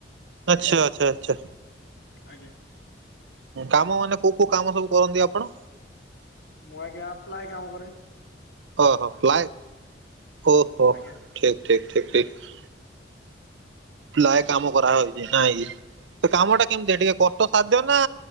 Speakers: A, on the right; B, on the left.
A: ଆଚ୍ଛା ଆଚ୍ଛା ଆଚ୍ଛା।
B: ଆଜ୍ଞା।
A: କାମ ମାନେ କୋଉ କୋଉ କାମ ସବୁ କରନ୍ତି କଣ?
B: ମୁଁ ଆଜ୍ଞା ଆପ୍ଲାଏ କାମରେ
A: ଓହୋ ପ୍ଲାଏ ଓହୋ।
B: ଆଜ୍ଞା
A: ଠିକ ଠିକ ଠିକ ଠିକ ଲାୟ
B: ଆଜ୍ଞା
A: କାମ କରା ହେଉଚି ନାଇ ତ କାମ ଟା କେମିତି ଟିକେ କଷ୍ଟ ସାଧ୍ୟ ନା